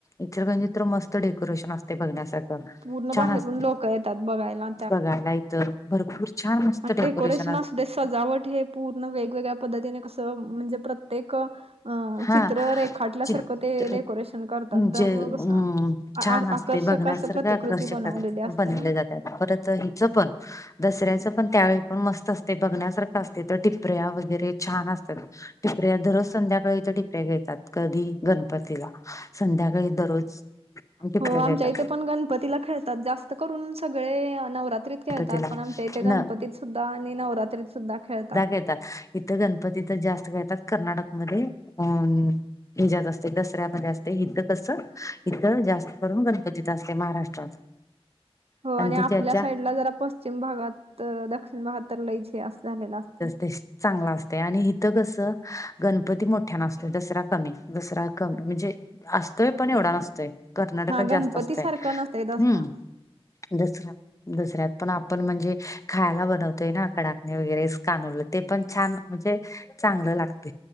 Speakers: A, on the left; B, on the right.
A: इचलकरंजी तर मस्त डेकोेरेशन असतं. ते बघण्यासारखं
B: पूर्ण
A: छान
B: बाहेरून
A: असतंय,
B: लोक येतात बघायला
A: बघायला इथं भरपूर छान असते.
B: पण
A: डेकोरेशन
B: डेकोरेशनस असूदे सजावट हे, पूर्ण वेगवेगळ्या पद्धतीने कसं, म्हणजे प्रत्येक अ
A: हा
B: -चित्र रेखाटल्यासारखं
A: चित्र
B: ते डेकोरेशन करतात.
A: जे
B: त्यामुळं
A: अम
B: कसं,
A: छान
B: आकर्षक
A: असते बघण्यासारखं
B: अस प्रतिकृती
A: आकर्षक
B: बनवलेली असते
A: बनवले
B: ना,
A: परत हिच पण, दसऱ्याचं पण त्यावेळी पण मस्त असते. बघण्यासारखं असते तर टिपऱ्या वगैरे छान असतात. टिपऱ्या दररोज संध्याका कळी तर टिपऱ्या खेळतात. कधी गणपतीला संध्याकाळी दररोज. टिपऱ्या
B: हो,
A: घेतात
B: आमच्या इथे पण गणपतीला खेळतात. जास्त करून सगळे नवरात त्रीत खेळतात,
A: गणपतीला
B: पण आमच्या इथे
A: न
B: गणपतीत सुद्धा आणि नवरात्रीत सुद्धा खेळतात.
A: येतात. इथं गणपती तच जास्त खेळतात. कर्नाटकमध्ये अं हिच्या यात असते दसऱ्यामध्ये असते. इथं कसं इथं जास्त करून गणपतीत असते महाराष्ट्रात.
B: हो आणि
A: ती
B: आपल्या
A: त्याच्या
B: साईडला जरा प पश्चिम भागात तर दक्षिण भागात तर लईच असं झालेला असते.
A: ते चांगल असतंय, आणि इथं कसं, गणपती मोठ्यान असतोय, दसरा कमी. दसरा कमी, म्हणजे, असतोय पण एवढा नसतोय. कर्नाटकात
B: हा
A: जास्त
B: गणपती
A: असतय,
B: सारखं नसतय दसरा
A: हम्म,, दसरा दसऱ्यात. पण आपण म्हणजे खायला बनवतोय ना, कडाकणी वगैरे कानूल ते पण छान म्हणजे, चांगलं लागतं.